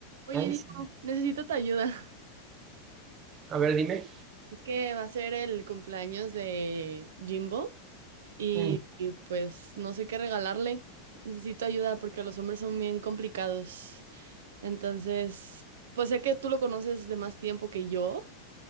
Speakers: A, on the right; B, on the right.
A: Oye,
B: Ay,
A: Diego,
B: sí.
A: necesito tu ayuda. <laughs>
B: A ver, dime.
A: Es que va a ser el cumpleaños de Jimbo y,
B: Mm,
A: y, pues no sé qué regalarle. Necesito ayuda porque los hombres son bien complicados. Entonces, pues sé que tú lo conoces de más tiempo que yo.